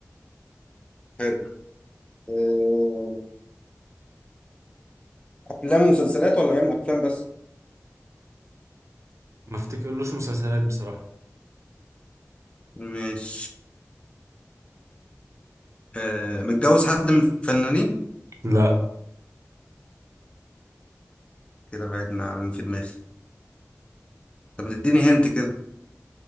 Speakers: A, on the left; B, on the right.
A: حلو آه، افلام ومسلسلات ولا بيعمل افلام بس
B: ما افتكرلوش مسلسلات بصراحة
A: مش آه متجوز حد من الفنانين
B: لا
A: كده بعدنا عن في دماغي طب ما تديني هنت كده